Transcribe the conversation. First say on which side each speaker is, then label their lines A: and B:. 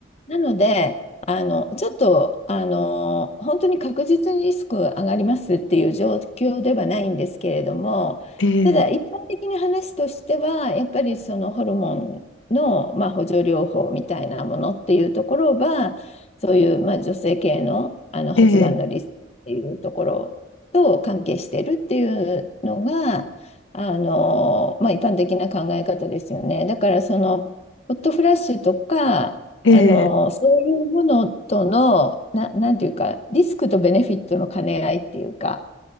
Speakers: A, on the left (about 35°); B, on the left (about 80°).
A: なので、あの、ちょっと、あの、本当に確実にリスク上がりますっていう状況ではないんですけれども、
B: ええ、ええ、
A: ただ一般的な話としては、やっぱりそのホルモンの、まあ、補助療法みたいなものっていうところは、そういう、まあ、女性系の、あの発がんのリスクっていうところと関係してるっていうのが、
B: ええ、
A: あの、まあ、一般的な考え方ですよね。だからそのホットフラッシュとかあの、
B: ええ、
A: そういうものとの、な、なんていうか、リスクとベネフィットの兼ね合いっていうか、